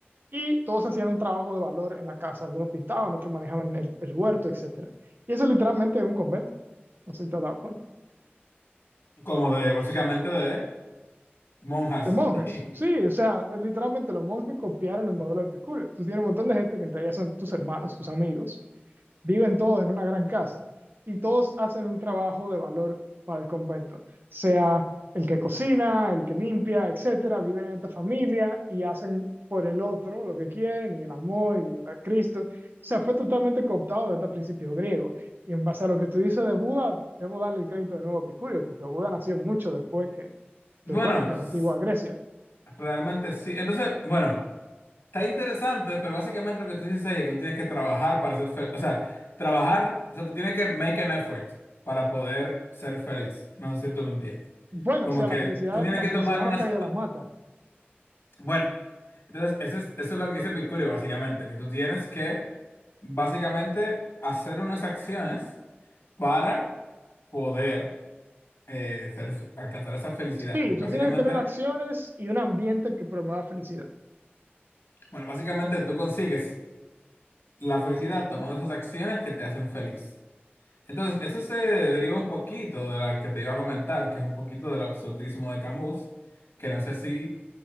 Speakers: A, on the right; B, on the left.
A: Y todos hacían un trabajo de valor en la casa. Algunos pintaban, otros manejaban el, el huerto, etcétera. Y eso literalmente es un convento. No sé si te has dado cuenta.
B: Como de, básicamente de monjas.
A: de monjes,
B: <laughs>
A: sí, o sea, literalmente los monjes copiaron el modelo de Epicurio. Tú tienes un montón de gente que en teoría son tus hermanos, tus amigos, viven todos en una gran casa y todos hacen un trabajo de valor para el convento, sea el que cocina, el que limpia, etcétera, viven en esta familia y hacen por el otro lo que quieren y el amor y el Cristo. O sea, fue totalmente cooptado de este principio griego. Y en base a lo que tú dices de Buda, debo darle el crédito de nuevo a Epicurio, porque Buda nació mucho después que,
B: Bueno,
A: que bueno, que
B: s-
A: la antigua Grecia.
B: realmente sí. Entonces, bueno, está interesante, pero básicamente lo que tú dices ahí es que tú tienes que trabajar para ser feliz. O sea, trabajar, o sea, tú tienes que make an effort para poder ser feliz. No sé si tú me entiendes.
A: Bueno,
B: Como
A: o sea,
B: que
A: la felicidad,
B: tú tienes
A: la
B: que
A: felicidad
B: tomar unas...
A: no cae de las matas.
B: Bueno, entonces eso es, eso es lo que dice Picurio, básicamente, que tú tienes que, básicamente, hacer unas acciones para poder eh, ser- alcanzar esa felicidad.
A: Sí,
B: Porque
A: tú
B: básicamente,
A: tienes que tener acciones y un ambiente que promueva felicidad.
B: bueno, básicamente tú consigues la felicidad tomando esas acciones que te hacen feliz. Entonces, esto se deriva un poquito de la que te iba a comentar, que es un poquito del absurdismo de Camus, que no sé si